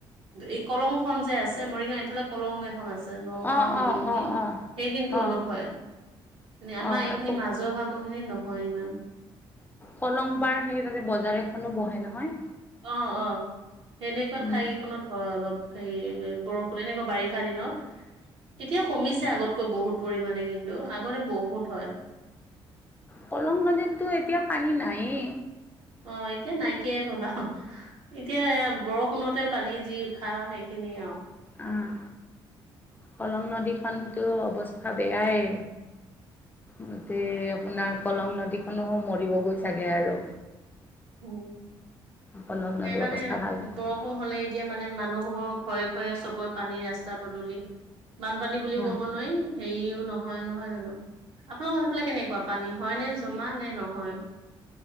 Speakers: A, on the right; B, on the left.
A: এই কলংখন যে আছে মৰিগাঁও এইফালে পলং এখন আছে, নগাঁও
B: অ
A: হেৰিয়েদি,
B: অ অ অ
A: সেইখিনিটো
B: অ
A: অলপ হয়। আমাৰ
B: অ',
A: এইখিনি
B: এই
A: মাজৰ ভাগৰ খিনি নহয় ইমান।
B: কলং পাৰ সেই তাতে, বজাৰ এখনো বহে নহয়।
A: অ', অ', সেনেকুৱা
B: উম,
A: ঠাই কেইখনত হয় অলপ। হেৰি বৰষুণ, এনেকুৱা বাৰিষা দিনত। এতিয়া কমিছে আগতকৈ বহুত পৰিমাণে কিন্তু, আগতে বহুত হয়।
B: কলং নদীতটো এতিয়া পানী নাইয়ে।
A: অ ', এতিয়া নাইকিয়াই হ'ল আহ। এতিয়া বৰষুণতে পানী যি উঠা, সেইখিনিয়ে আৰু।
B: অ', কলং নদীখনটো অৱস্থা বেয়াই। গোটেই আপোনাৰ, কলং নদীখনো মৰিবগৈ চাগে আৰু।
A: উম,
B: কলং
A: সেইকাৰণে
B: নদীৰ অৱস্থা ভাল নহয়।
A: বৰষুণ হ'লে, এতিয়া মানে মানুহৰ হ'ব, ঘৰে ঘৰে চবৰে পানী, ৰাস্তা পদূলি। বানপানী বুলিও
B: হয়।
A: ক'ব নোৱাৰি, হেৰিও নহয় নহয় জানো, আপোনালোকৰ সেইফালে কেনেকুৱা? পানী হয়নে, জমা নে নহয়?